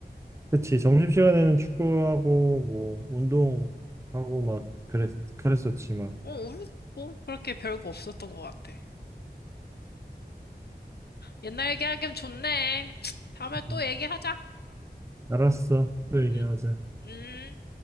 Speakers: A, on the right (about 15°); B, on the left (about 70°).
A: 그치. 점심시간에는 축구하고 뭐, 운동하고 막 그랬, 그랬었지 막.
B: 어, 우리 뭐 그렇게 별거 없었던 것 같아. 옛날 얘기하기엔 좋네. 다음에 또
A: 음.
B: 얘기하자.
A: 알았어. 또 얘기하자.
B: 응, 응.